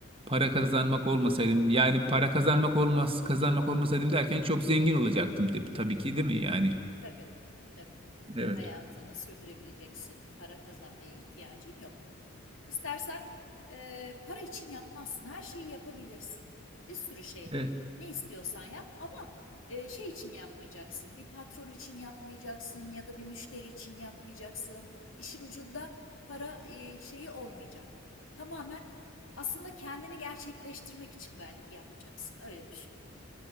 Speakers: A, on the right (about 25°); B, on the left (about 70°).
A: Para kazanmak olmasaydım yani para kazanmak olmaz kazanmak olmasaydım derken çok zengin olacaktım tabii, tabii ki değil mi yani?
B: Tabii, tabii.
A: Evet.
B: Hayatını sürdürebileceksin. Para kazanmaya ihtiyacın yok. İstersen eee, para için yapmazsın. Her şeyi yapabilirsin. Bir sürü şey.
A: Evet.
B: Ne istiyorsan yap ama eee, şey için yapmayacaksın. Bir patron için yapmayacaksın ya da bir müşteri için yapmayacaksın. İşin ucunda para eee, şeyi olmayacak. Tamamen aslında kendini gerçekleştirmek için belki yapacaksın. Öyle düşün.